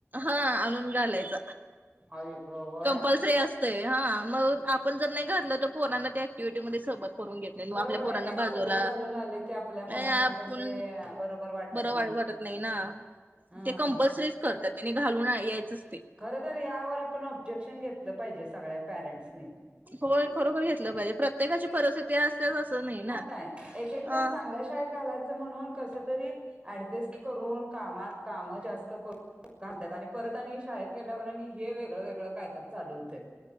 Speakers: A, on the right (about 35°); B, on the right (about 20°).
A: हा आणून घालायच?
B: आई ग व.
A: कंपल्सरी असतंय हा मग आपण जर नाही घातलं तर पोरना त्या ऍक्टिव्हिटीमध्ये सह करून घेतले
B: बरोबर
A: आपल्या पोरांना
B: आहे की आणि
A: बाजूला
B: सगळी घालून आले की आपल्या मुलांना
A: आपण
B: पण ते बरोबर वाटत
A: बर वा वाटत.. नाही ना
B: हा
A: ते कंपल्सरीच करतात त्याने घालून यायचच ते..
B: खर तर यावर आपण ऑब्जेक्शन घेतलं पाहिजे सगळ्या पॅरेटन्स ने.
A: होय खरोखर घेतलं पाहिजे प्रत्येकाची परिस्थिती. स अस नाही. ना.
B: मग काय एक एक
A: हा.
B: जण चांगल्या- घालायच म्हणून कस तरी अडजस्ट करून कामात काम जास्त करून.. घालत्यात आणि परत आणि शाळेत गेल्यावर आणि हे वेगळं वेगळं कायतर चालू होतंय..